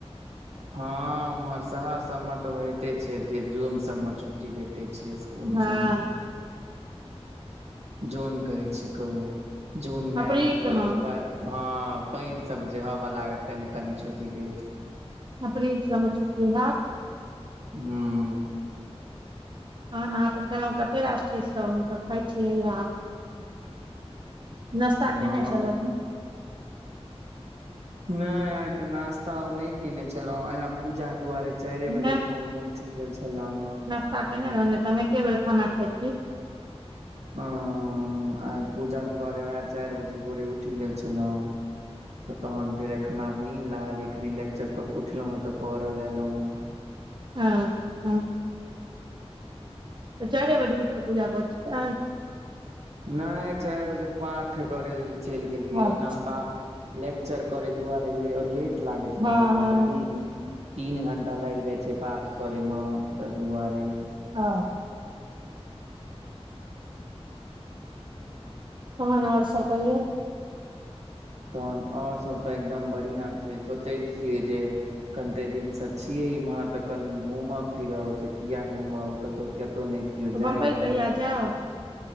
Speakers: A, on the right; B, on the right.
A: हा उम्हर शहर सब मे त होते छे जे जून सब मे छुट्टी भेट। पटिचे स्कूलसमे।
B: हँ
A: जन कहे छी कहू जन ने।
B: अप्रील
A: हँ,
B: मे
A: पानिसभ जे हव लागत, ताहिमे कनि छुट्टी देत,।
B: अप्रैल सब मे छुट्टी हात।
A: हू,।
B: तहन, अहाँ तऽ खेलहुँ कतेक राष चीज सब, हमत खाइत छियै आब। नश्ता,
A: हँ
B: केने छललहु ह,
A: नहि, आ ते नाास्ता ओ नहि केने छलहु, इह पूजा दुआरे। चाइरे
B: हेँ
A: बजे भोर में, उठ गेल छलहुँ।
B: ता केने रहो नइ तऽ, हम एके बेर खाना खाइ छी।
A: ह, आ पूजा दुआरे, उएह चारि बजे भोरे, उठि गेल छलहु,। तऽ तोहन फेर एखन आब, नीन्द लागल, एखन लेक्चर कऽ क उठलहुँ हेँ, तऽ, परो ले एयलहुँ हेँ।
B: हँ, ह,। त, चार बाजे में उठ के, पूजा कर छी,।
A: नहि, चारि बजे पाठ करय लए, चलि गेलियै
B: अच्छा
A: ओना पा। लेक्चर करे दुआरेे लेट लागे छै
B: हँ
A: न,
B: हँ
A: तऽ तीन, तीन घण्टा, लागि जाइ छै, पाठ करयमे तऽ दुआरे,
B: हँ,। तहन, और सब कहियौ,।
A: तहन आओरसभ तऽ एकदम बढ़िआँ छै, सोचैत छियै जे,। कनते दिनसँ छियै इम्हर तऽ, कनि घूमब फिरब से, किए घूमब कतहु, कतहु नहि। केओ
B: तऽ,
A: जाइया
B: बम्बइ, कहिया जायब।